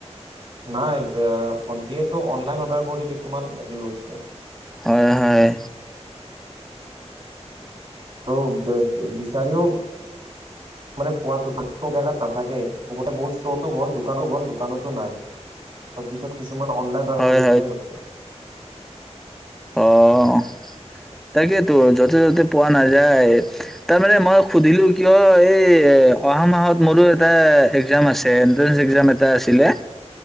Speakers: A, on the right; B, in the centre.
A: নাই, বা-ভন্টিয়টো অনলাইন অৰ্ডাৰ কৰি কিছুমান লৈছে।
B: হয় হয়।
A: আৰু ব্য-ব-বিচাৰিও মানে পোৱাতো <unintelligible> জেগাত নাথাকেই। বহুত ষ্টৰো গ'ল, দোকানো গ'ল, দোকানতো নাই। তাৰ পিছত কিছু কিছুমান অনলাইন <unintelligible>
B: হয়
A: কৰি কেনে লৈছে।
B: অহ। তাকেতো য'তে ত'তে পোৱা নাযায়, তাৰমানে মই সুধিলোঁ কিয় এই, এহ, অহা মাহত মোৰো এটা এক্জাম আছে, এনট্ৰেঞ্চ এক্জাম এটা আছিলে